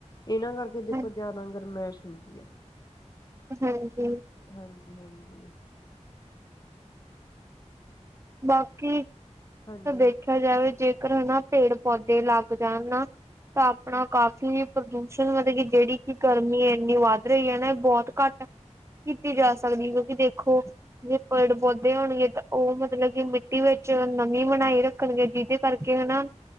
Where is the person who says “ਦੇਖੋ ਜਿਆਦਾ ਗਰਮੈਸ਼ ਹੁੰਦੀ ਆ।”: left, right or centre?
Left